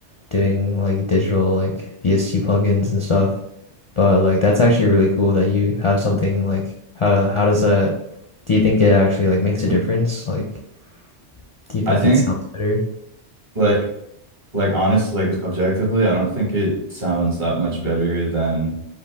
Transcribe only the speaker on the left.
doing like digital like VST plugins and stuff. But like that's actually really cool that you have something like how how does that do you think it actually like makes a difference? Like, do you think
it sounds better?